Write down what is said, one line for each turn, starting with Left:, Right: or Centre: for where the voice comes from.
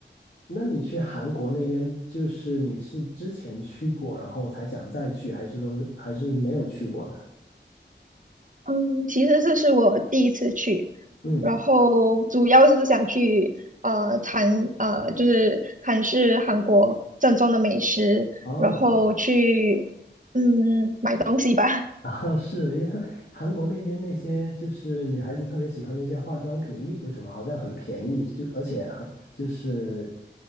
Left: 那你去韩国那边，就是你是之前去过，然后才想再去，还是说是还是没有去过呢？
Right: 嗯，其实这是我第一次去，
Left: 嗯，
Right: 然后主要是想去呃尝呃就是尝试韩国正宗的美食，
Left: 哦，
Right: 然后去嗯买东西吧。
Left: <laughs> 啊，是因为他韩国那边那些就是女孩子特别喜欢那些化妆品、衣服什么，好像很便宜，就而且很就是